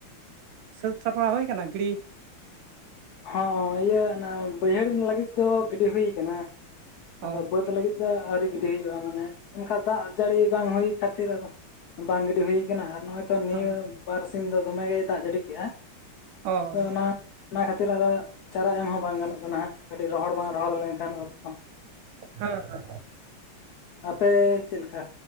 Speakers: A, on the right; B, on the left.
A: ᱥᱟᱹᱛ ᱥᱟᱯᱲᱟᱣ ᱦᱩᱭ ᱟᱠᱟᱱᱟ ᱜᱤᱲᱤ,
B: ᱦᱚᱸ ᱤᱭᱟᱹ ᱚᱱᱟ ᱵᱟᱹᱭᱦᱟᱹᱲ ᱞᱟᱹᱜᱤᱫ ᱫᱚ ᱜᱟᱹᱰᱤ ᱦᱩᱭᱩ ᱠᱟᱱᱟ,
A: ᱚ
B: ᱟᱫᱚ ᱵᱟᱹᱫᱽ ᱞᱟᱹᱜᱤᱫ ᱫᱚ ᱟᱹᱣᱨᱤ ᱜᱤᱰᱤ ᱦᱩᱭᱩᱜᱼᱟ ᱢᱟᱱᱮ ᱚᱱᱠᱟᱟᱱ ᱫᱟᱜ ᱡᱟᱹᱲᱤ ᱵᱟᱝ ᱦᱩᱭ ᱠᱷᱟᱹᱛᱤᱨ ᱟᱫᱚ, ᱵᱟᱝ ᱜᱤᱰᱤ ᱦᱩᱭ ᱠᱟᱱᱟ, ᱟᱨ ᱱᱚᱜᱼᱚᱭ ᱛᱚ ᱱᱤᱭᱟᱹ
A: ᱦᱮᱸ
B: ᱵᱟᱨᱥᱤᱧ ᱫᱚ ᱫᱚᱢᱮᱜᱮᱭ ᱫᱟᱜ ᱡᱟᱹᱲᱤ ᱠᱮᱜᱼᱟ᱾
A: <unintelligible>
B: ᱟᱫᱚ ᱚᱱᱟ ᱚᱱᱟ ᱠᱷᱟᱹᱛᱤᱨ ᱟᱨᱚ ᱪᱟᱨᱟ ᱮᱢ ᱦᱚᱸ ᱵᱟᱝ ᱜᱟᱱᱚᱜ ᱠᱟᱱᱟ ᱦᱟᱸᱜ ᱠᱟᱹᱴᱤᱡ ᱨᱚᱦᱚᱲ ᱵᱟᱝ ᱨᱚᱦᱚᱲ ᱞᱮᱱᱠᱷᱟᱱ ᱚᱛ ᱠᱚ᱾
A: ᱦᱮᱸ ᱦᱮᱸ
B: ᱟᱯᱮ ᱪᱮᱫ ᱞᱮᱠᱟ?